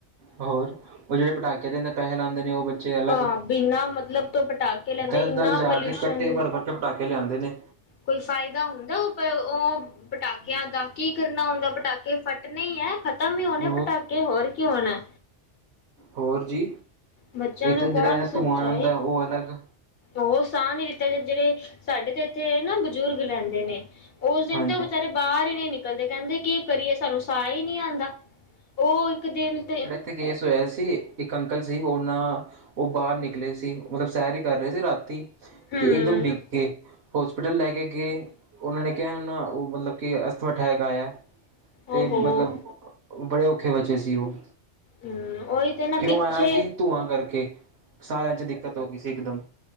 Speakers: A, on the right; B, on the left.
A: ਹੋਰ, ਉਹ ਜਿਹੜੇ ਪਟਾਕੇ ਦੇ ਪੈਸੇ ਲਾਂਦੇ ਨੇ ਉਹ ਬੱਚੇ ਅਲੱਗ
B: ਤਾਂ ਬਿਨਾਂ ਮਤਲਬ ਤੋਂ ਪਟਾਕੇ ਲੈਂਦੇ
A: ਦੱਸ-ਦੱਸ
B: ਇੰਨਾ
A: ਹਜਾਰ
B: ਪੋਲਿਊਸ਼ਨ
A: ਦੇ ਕੱਟੇ ਭਰ-ਭਰ ਕੇ ਪਟਾਕੇ ਲਿਆਂਦੇ ਨੇ।
B: ਕੋਈ ਫ਼ਾਇਦਾ ਹੁੰਦਾ ਉਹ ਪਰ ਉਹ ਪਟਾਕਿਆਂ ਦਾ ਕੀ ਕਰਨਾ ਹੁੰਦਾ ਪਟਾਕੇ ਫੱਟਣੇ ਹੀ ਐ। ਖਤਮ ਹੀ ਹੋਣੇ
A: ਹੋਰ
B: ਪਟਾਕੇ ਹੋਰ ਕੀ ਹੋਣਾ।
A: ਹੋਰ ਜੀ,
B: ਬੱਚਿਆਂ
A: ਇੱਥੇ
B: ਨੂੰ
A: ਜਿਹੜਾ
B: ਕੌਣ ਸਮਝਾਏ
A: ਧੂੰਆਂ ਆਂਦਾ ਉਹ ਅਲੱਗ।
B: ਉਹ ਸਾਹ ਨੀ ਲਿ‌ਤਾ ਜਾ, ਜਿਹੜੇ ਸਾਡੇ ਤੇ ਇੱਥੇ ਨਾ ਬਜ਼ੁਰਗ ਰਹਿੰਦੇ ਨੇ ਉਸ ਦਿਨ
A: ਹਾਂਜੀ
B: ਤਾਂ ਉਹ ਬਚਾਰੇ ਬਾਹਰ ਹੀ ਨੀ ਨਿਕਲਦੇ ਕਹਿੰਦੇ ਕਿ ਕਰੀਏ ਸਾਨੂੰ ਸਾਹ ਹੀ ਨਹੀਂ ਆਂਦਾ। ਉਹ ਇੱਕ ਦਿਨ ਤੇ
A: ਤੇ ਕੇਸ ਹੋਇਆ ਸੀ, ਇੱਕ ਅੰਕਲ ਸੀ ਉਹਨਾਂ ਉਹ ਬਾਹਰ ਨਿਕਲੇ ਸੀ, ਮਤਲਬ ਸੈਰ ਹੀ ਕਰ ਰਹੇ ਸੀ ਰਾਤੀ
B: ਹਮ
A: ਤੇ ਇਕਦਮ ਡਿੱਗ ਗਏ। ਹੋਸਪਿਟਲ ਲੈ ਕੇ ਗਏ, ਉਹਨਾਂ ਨੇ ਕਿਹਾ ਇਹਨਾਂ ਉਹ ਮਤਲਬ ਕਿ ਅਸਥਮਾ ਅਟੈਕ ਆਇਆ। ਤੇ
B: ਓਹੋ
A: ਮਤਲਬ ਬੜੇ ਔਖੇ ਬਚੇ ਸੀ ਉਹ।
B: ਹਮ ਉਹੀ ਤੇ ਨਾ
A: ਕਿਉਂ
B: ਪਿੱਛੇ
A: ਆਇਆ ਸੀ, ਧੂੰਆਂ ਕਰਕੇ ਸਾਰਿਆਂ ਚ ਦਿੱਕਤ ਹੋ ਗਈ ਸੀ ਇਕ ਦਮ।